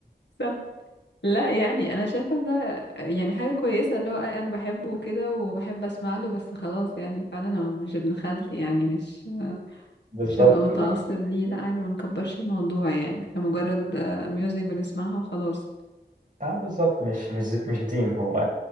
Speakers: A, on the left; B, on the right.
A: صح لا يعني انا شايفه ان ده يعني حاجه كويسه اللي هو انا بحبه كده وبحب اسمع له بس خلاص يعني فعلا هو مش ابن خالتي يعني مش
B: بالظبط
A: مش هبقى متعصب
B: اه
A: ليه لا عادي ما نكبرش الموضوع يعني هي مجرد آه، ميوزك بنسمعها وخلاص
B: بالظبط مش مش مش دين هو